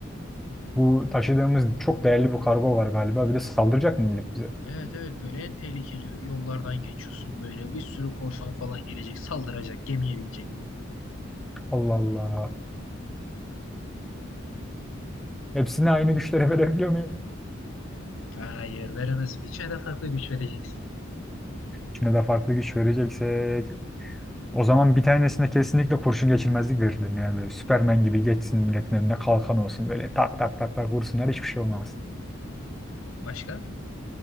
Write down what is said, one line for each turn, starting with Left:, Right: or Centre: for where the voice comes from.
Centre: bu taşıdığımız çok değerli bir kargo var galiba. Bir de saldıracak mı millet bize?
Left: Evet evet böyle en tehlikeli yollardan geçiyorsun böyle. Bir sürü korsan falan gelecek, saldıracak, gemiye binecek.
Centre: Allah Allah. Ee, hepsine aynı güçleri <laughs> verebiliyor muyum?
Left: Hayır veremezsin. İçine de farklı güç vereceksin.
Centre: İkine de farklı güç vereceksek O zaman bir tanesine kesinlikle kurşun geçirmezlik verirdim ya böyle. Süpermen gibi geçsin milletin önüne kalkan olsun böyle tak tak tak tak vursunlar hiçbir şey olmaz.
Left: Başka?